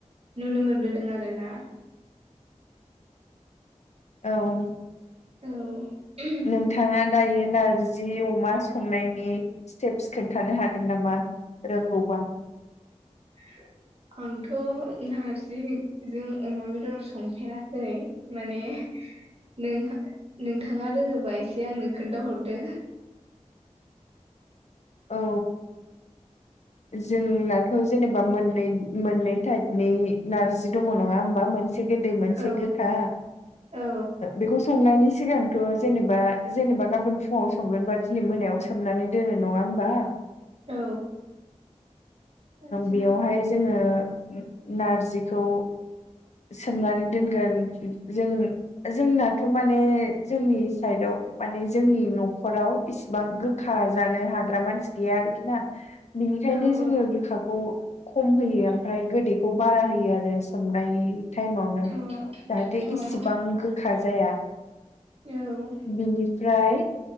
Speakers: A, on the right; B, on the left.
A: नुनो मोनबोदों आरोना
B: औ
A: औ ओ
B: नोंथाङा दायो नारजि अमा संनायनि स्टेप्स खोन्थानो हागोन नामा रोंगौबा
A: <inaudible> आंथ' नारजिजों अमा बेदर संफेराखै माने नोंहा नोंथाङा रोङोबा एसे आंनो खोन्थाहरदो
B: औ जोंनाथ' जेनेबा मोननै हारिनि नारजि दं नडा होनबा गोदै मोनसे
A: औ
B: गोखा
A: औ
B: बे संनायनि सिगांथ' जेनेबा जेनेबा गाबोन फुङाव संगोनबा दिनै मोनायाव सोमनानै दोन नङा होनबा
A: औ आतसा
B: बेयावहाय जोङो नारजिखौ सोमनानै दोनगोन जों जोंनाथ' माने जोंनि साइदआव माने जोंनि न'खराव इसिबां गोखा जा नों हाग्रा मानसि गैया आरोखि ना बिनिखायनो
A: औ औ
B: जोङो गोखाखौ खम होयो ओमफ्राय गोदैखौ बारा होयो आरो सोमनाय टाइमावनो
A: अ
B: जाहाथे
A: अ
B: इसिबां गोखा जाया
A: औ
B: बिनिफ्राय